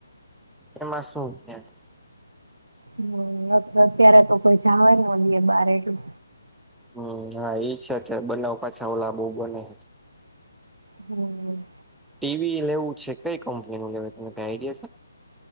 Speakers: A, in the centre; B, on the right.
A: એ માસું્યા
B: હમ અત્યારે તો કોઈ જવા ન હોય બાર એટલું
A: હમ હા ઈ છે બનાવ પાછા ઓ લ બુ બને
B: હમ
A: ટીવી લેવું છે કઈ કંપની નું લેવ ત કઈ આઈડિયા છે